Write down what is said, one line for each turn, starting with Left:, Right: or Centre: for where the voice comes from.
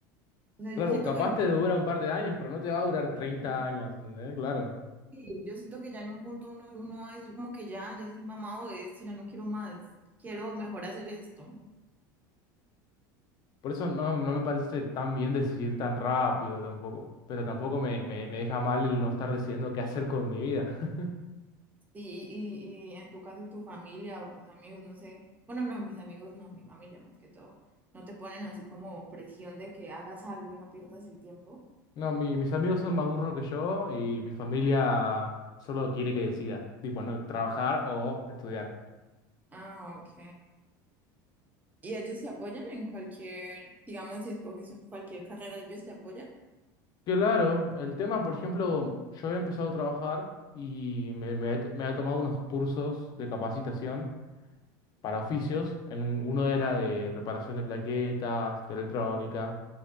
Right: O sea,
Left: Claro,
Right: yo siento
Left: capaz
Right: que no.
Left: te dura un par de años, pero no te va a durar
Right: sí,
Left: 30 años, ¿entendés? Claro.
Right: Sí, yo siento que ya en un punto uno, uno va a decir como que ya, ya estoy mamado de esto, ya no quiero más, quiero mejor hacer esto.
Left: Por eso no, no me parece tan bien decidir tan rápido tampoco. Pero tampoco me, me, me deja mal el no estar decidiendo qué hacer con mi vida. <laughs>
Right: Sí, y, y en tu caso, tu familia o tus amigos, no sé, bueno, no, mis amigos no, mi familia más que todo, no te ponen así como presión de que hagas algo y no pierdas el tiempo.
Left: No, mi- mis amigos son más burros que yo y mi familia solo quiere que decida. Tipo, no, trabajar o estudiar.
Right: Ah, ok. ¿Y ellos te apoyan en cualquier, digamos, si escoges cualquier carrera, ellos te apoyan?
Left: Claro, el tema, por ejemplo, yo había empezado a trabajar y me, me he t- me he tomado unos cursos de capacitación. para oficios. En un- uno era de reparación de plaquetas, de electrónica,